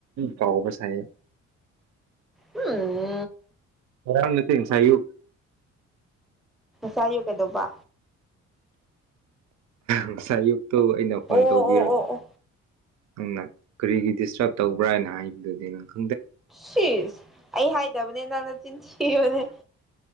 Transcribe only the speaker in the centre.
ꯎꯝ
ꯁꯥꯏꯌꯨ ꯀꯩꯗꯣꯕ
ꯑꯣ
ꯑꯣ ꯑꯣ ꯑꯣ
ꯁꯤꯁ ꯑꯩ ꯍꯥꯏꯗꯕꯅꯦ ꯅꯪꯅ ꯆꯤꯟꯊꯤꯕꯅꯦ